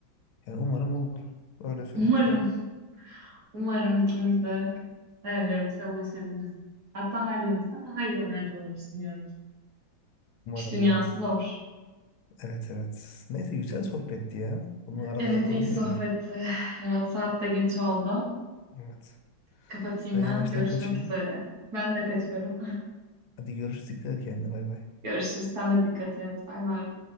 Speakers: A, on the left; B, on the right.
A: Yani umarım olur. Öyle söyleyeyim
B: Umarım,
A: sana.
B: umarım ikimiz de hayallerimize ulaşabiliriz. Hatta hayallerimizden daha iyi yerlerde oluruz diyorum ki.
A: Umarım
B: İş dünyası
A: umarım.
B: zor.
A: Evet evet. Neyse güzel sohbetti ya. Bunu arada
B: Evet,
A: yapalım
B: iyi sohbetti.
A: böyle.
B: Ferhat saat de geç oldu.
A: Evet.
B: Kapatayım
A: Ben yavaştan
B: ben. Görüşmek
A: kaçayım.
B: üzere. Ben de kaçıyorum.
A: Hadi görüşürüz. Dikkat et kendine. Bay
B: <laughs>
A: bay.
B: Görüşürüz. Sen de dikkat et. Bay bay.